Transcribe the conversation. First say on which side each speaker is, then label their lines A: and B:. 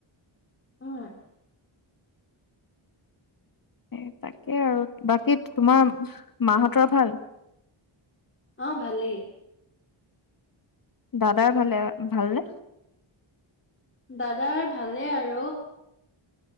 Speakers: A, on the left; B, on the left.
A: উম
B: এ তাকে আৰু বাকী তোমাৰ মাহঁতৰ ভাল।
A: অহ ভালেই
B: দাদা ভালে ভালনে
A: দাদাৰ ভালে আৰু